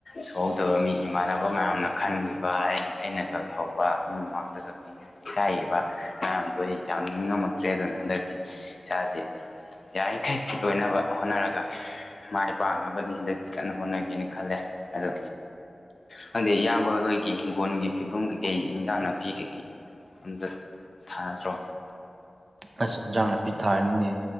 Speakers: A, on the left (about 55°); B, on the right (about 50°).
A: ꯁꯣꯛꯍꯧꯗꯕ ꯃꯤ ꯏꯃꯥꯟꯅꯕ ꯃꯌꯥꯝꯅ ꯈꯟꯈꯤꯕ ꯑꯩꯅꯒ ꯂꯩꯍꯧꯕ ꯃꯣꯏ ꯃꯃꯥꯡꯗꯒ ꯌꯥꯏꯌꯦꯕ ꯉꯔꯥꯡꯗꯣ ꯑꯩ ꯌꯥꯝ ꯅꯤꯡꯉꯝꯃꯛꯇ꯭ꯔꯦ ꯑꯗꯨꯅ ꯍꯟꯗꯛꯇꯤ ꯏꯁꯥꯁꯦ ꯌꯥꯔꯤꯡꯈꯩ ꯐꯤꯠ ꯑꯣꯏꯅꯕ ꯍꯣꯠꯅꯔꯒ ꯃꯥꯏ ꯄꯥꯛꯅꯕꯗꯤ ꯍꯟꯗꯛꯇꯤ ꯀꯟꯅ ꯍꯣꯠꯅꯒꯦꯅ ꯈꯜꯂꯦ ꯑꯗꯣ ꯈꯪꯗꯦ ꯏꯌꯥꯝꯕ ꯍꯣꯏꯒꯤ ꯍꯤꯡꯒꯣꯜꯒꯤ ꯐꯤꯕꯝ ꯀꯩꯀꯩ ꯏꯟꯖꯥꯡ ꯅꯥꯄꯤ ꯀꯩꯀꯩ ꯑꯝꯇ ꯊꯥꯗ꯭ꯔꯣ
B: ꯑꯁ ꯏꯟꯖꯥꯡ ꯅꯥꯄꯤ ꯊꯥꯔꯤꯝꯅꯤꯅꯦ